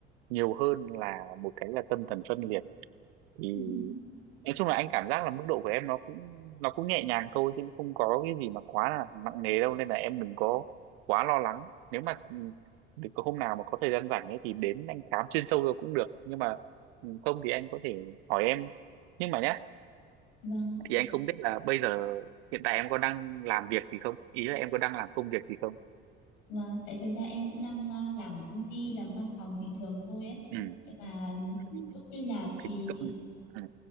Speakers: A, on the right; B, on the left.
A: nhiều hơn là một cái là tâm thần phân liệt thì
B: Ừ.
A: nói chung là anh cảm giác là mức độ của em nó cũng nó cũng nhẹ nhàng thôi chứ không có cái gì mà quá là nặng nề đâu nên là em đừng có quá lo lắng nếu mà ừ, được có hôm nào mà có thời gian rảnh ấy thì đến anh khám chuyên sâu rồi cũng được nhưng mà ừ, không thì anh có thể hỏi em nhưng mà nhá
B: Vâng,
A: thì anh không biết là bây giờ hiện tại em có đang làm việc gì không ý là em có đang làm công việc gì không
B: và tại thực ra em cũng đang à, làm ở công ty làm văn phòng bình thường thôi ấy.
A: ừ
B: Nhưng mà
A: thì,
B: lúc đi làm thì
A: thì cái công ừ.